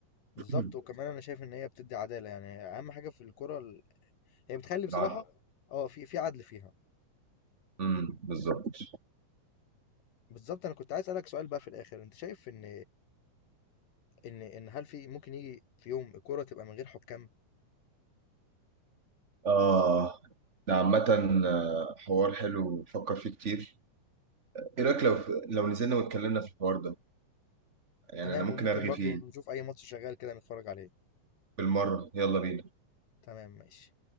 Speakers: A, on the left; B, on the right.
A: بالظبط
B: <clears throat>
A: وكمان انا شايف ان هي بتدي عداله يعني اهم حاجه في الكوره ال... هي بتخلي بصراحه
B: العدل
A: اه في في عدل فيها
B: امم بالظبط
A: بالظبط انا كنت عايز اسالك سؤال بقى في الاخر انت شايف ان ان ان هل في ممكن يجي في يوم الكوره تبقى من غير حكام
B: آه ده عامة آه، حوار حلو بفكر فيه كتير إيه رأيك لو لو نزلنا واتكلمنا في الحوار ده يعني
A: تمام
B: انا ممكن
A: وممكن
B: ارغي
A: برضو
B: فيه
A: نشوف اي ماتش شغال كده نتفرج عليه
B: بالمره يلا بينا
A: تمام ماشي